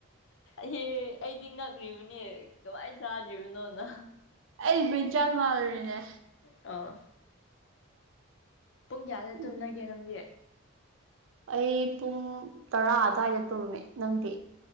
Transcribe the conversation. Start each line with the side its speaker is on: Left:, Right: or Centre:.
Left: ꯏꯍꯦ ꯑꯩꯗꯤ ꯉꯛ꯭ꯔꯤꯕꯅꯦ ꯀꯃꯥꯏꯅ ꯆꯥꯗ꯭ꯔꯤꯕꯅꯣꯅ
Right: ꯑꯩ ꯕꯔꯤꯟ ꯆꯜ ꯃꯥꯜꯂꯔꯤꯅꯦ
Left: ꯑꯥ ꯄꯨꯡ ꯀꯌꯥꯗ
Right: ꯎꯝ
Left: ꯇꯨꯝꯅꯒꯦ ꯅꯪꯒꯤ
Right: ꯑꯩ ꯄꯨꯡ ꯇꯔꯥ ꯑꯗꯨꯋꯥꯏꯗ ꯇꯨꯝꯃꯦ ꯅꯪꯗꯤ